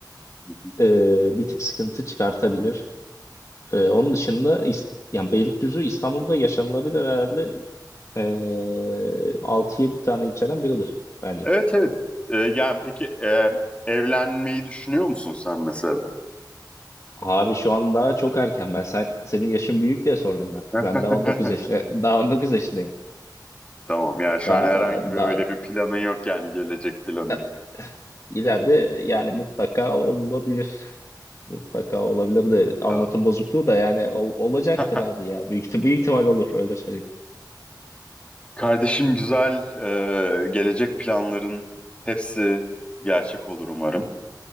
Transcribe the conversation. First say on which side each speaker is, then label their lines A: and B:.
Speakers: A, on the left (about 15°); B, on the left (about 45°).
A: Hı hı.
B: e, bir tık sıkıntı çıkartabilir. Ee, onun dışında İs- yani Beylikdüzü İstanbul'da yaşanılabilir herhalde ee, 6'ya bir tane ilçeden biridir bence.
A: Evet evet. Ee, yani peki e, evlenmeyi düşünüyor musun sen mesela?
B: Abi şu an daha çok erken. Ben sen, senin yaşın büyük diye sordum ben.
A: <laughs>
B: Ben daha 19 yaşında, daha 19 yaşındayım.
A: Tamam yani şu
B: Daha,
A: an herhangi
B: daha,
A: bir öyle bir planın yok yani gelecek planın.
B: da- ileride yani mutlaka olabilir. Mutlaka olabilir de anlatım
A: Tamam.
B: bozukluğu da yani ol- olacaktır
A: <laughs>
B: abi ya. Büyük, ihtim- büyük ihtimal olur öyle söyleyeyim.
A: Kardeşim güzel e, gelecek planların hepsi gerçek olur umarım.